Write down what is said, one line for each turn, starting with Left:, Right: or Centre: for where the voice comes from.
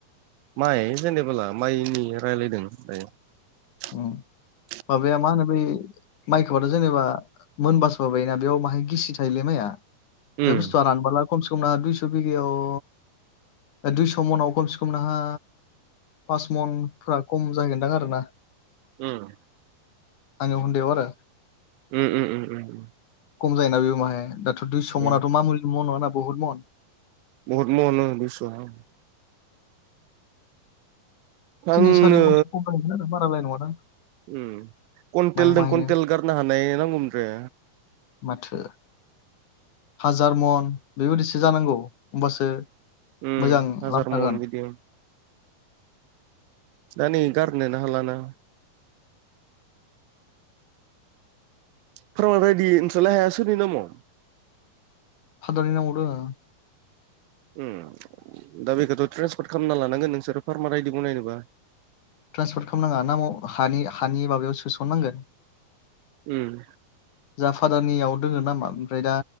Right: माइ जेनेबोला माइनि रायज्लायदों दायो। <inaudible>
Left: उम माबाया मान बै माइखौथ' जेनेबा मोनबास बायोना बेयाव माहाय गिसि थायोलै माइआ
Right: उम
Left: बे बुस्थुआ रानबोला खमसे खमना दुइस' बिगायाव दुइस' मनाव खमसे खम नोंहा फास मनफ खम जाहैगोनदां आरोना।
Right: उम।
Left: आं हनदेगाव आरो।
Right: उम उम उम।
Left: खम जायोना बे माहाय दाथ' दुइस'
Right: उम
Left: मनाथ' मा मुुलि म नङा ना बुहुत मन।
Right: बहुत मन <unintelligible> आं
Left: तिनि सारि
Right: नो
Left: मनसो खम जाहैगोन आरो बाराद्राय नङादां
Right: उम कुवन्टेलजों
Left: माइ माहैनो
Right: कुवन्टेल गारनो हानाय नांगौमोन रे
Left: माथो हाजार मन बेबायदिसो जानांगौ होमबासो
Right: उम
Left: मोजां
Right: हाजार
Left: लाब थागोन।
Right: मन बिदि दा नै गारनो हाला ना <unintelligible>
Left: फादारनि नामाव दोङो।
Right: उम दा बेखौथ' ट्रेन्सफर्ट खालामना लानांगोन नोंसोरो फार्मार आायदि बुं नायनोबा।
Left: ट्रेन्सपर्ट खालामनाङा ना हानि हानि माबायाव सोसनांगोन।
Right: उम
Left: जा फादारनियाव दोङो नामा ओमफ्राय दा